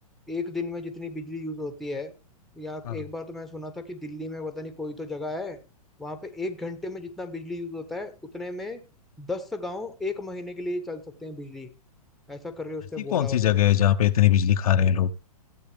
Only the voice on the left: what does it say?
हाँ
ऐसी कौन
सी
जगह है जहाँ पे इतनी बिजली खा रहे हैं लोग